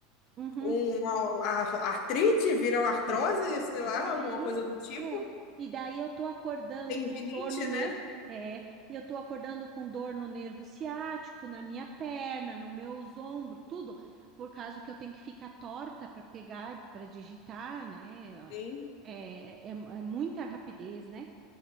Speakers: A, on the right; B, on the left.
A: uhum.
B: uma ar- artrite, vira uma artrose,
A: é.
B: sei
A: E
B: lá,
A: daí,
B: alguma coisa do tipo.
A: é, e daí eu tô acordando
B: Tendinite,
A: com dor no nervo,
B: né?
A: é, e eu tô acordando com dor no nervo ciático, na minha perna, nos meus ombros, tudo, por causa que eu tenho que ficar torta para pegar, para digitar, né?
B: Sim.
A: É, é, é muita rapidez, né?